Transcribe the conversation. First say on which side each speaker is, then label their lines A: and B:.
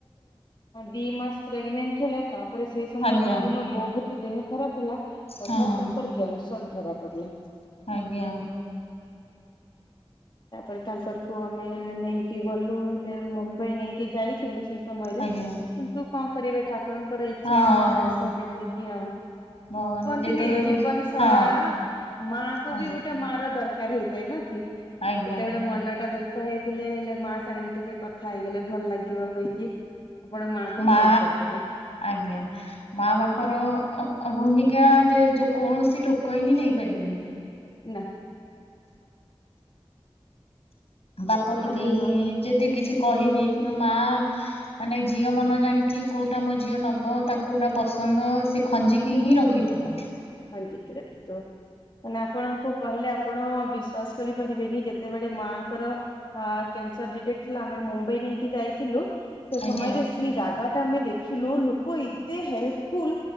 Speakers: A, on the left; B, on the left.
A: ଦି ମାସ ପ୍ରଗେନେଟ ତାପରେ ସେ ସମୟ
B: ଆଜ୍ଞା।
A: ତାଙ୍କର ବହୁତ ଦେହ ଖରାପ ହେଲା
B: ହଁ
A: ହଠତ୍ ତାଙ୍କର କ୍ୟାନସର ଧରା ପଡିଲା।
B: ଆଜ୍ଞା।
A: ତାପରେ ତାଙ୍କର କୁ ଆମେ ନେଇକି ଗଲୁ। ମୁମ୍ବାଇ ନେଇକି ଯାଇଥିଲୁ ସେ ସମୟରେ।
B: ଆଜ୍ଞା
A: କିନ୍ତୁ କଣ କରିବେ ଠାକୁରଙ୍କର ଇଚ୍ଛା
B: ହଁ
A: କାହାର ଆଇସ କେତିକି ଆଉ।
B: ଭଗବାନ
A: କୁହନ୍ତିନି
B: ଯେତେବେଳେ
A: ଜୀବନ ସାରା
B: ହଁ
A: ମାଙ୍କୁ
B: ଆ
A: ବି ଗୋଟେ ମାର ଦରକାର ହେଇଥାଏ ନା କି କେତେ
B: ଆଜ୍ଞା
A: ସେତେବେଳ ମନ ଟା ଦୁଃଖ ଦୁଃଖ ହେଇଥିଲେ ହେଲେ ମା ସାଙ୍ଗରେ ଟିକେ କଥା ହେଇଗଲେ ଭଲ ଲାଗିବ କହିକି। ଆପଣ କୁ
B: ମା
A: କଲ୍ କରିଦେବେ
B: ଆଜ୍ଞା। ମା ବାପ ର ଭୂମିକା ଯେ କୌଣସି ଲୋକ ହିଁ ନେଇପାରିବେନି।
A: ହେଲା।
B: ବାପ ଟିକେ
A: ମାନେ
B: ହି
A: କଣ
B: ଯଦି କିଛି କହିବି ମା। ମାନେ ଝିଅ ମନ ଜାଣିକି କୋଉଟା ମୋ ଝିଅ ନବ ତା କୋଉଟା ପସନ୍ଦ ସେ ଖଞ୍ଜିକି ହିଁ ରଖିଥିବ।
A: ଖଞ୍ଜିକି ରଖିଥିବ। ନା ଆପଣଙ୍କୁ କହିଲେ ଆପଣ ବିଶ୍ଵାସ କରିପାରିବେନି ଯେତେବେଳେ ମାଆଙ୍କର କ୍ୟାନସର ଡିଟେକ୍ଟ ଥିଲା ଆମେ ମୁମ୍ବାଇ ନେଇକି ଯାଇଥିଲୁ। ସେ
B: ଆଜ୍ଞା
A: ସମୟରେ ସେଇ ଜାଗା ଟା ଆମେ ଦେଖିଲୁ ଲୋକ ଏତେ ହେଲ୍ପଫୁଲ।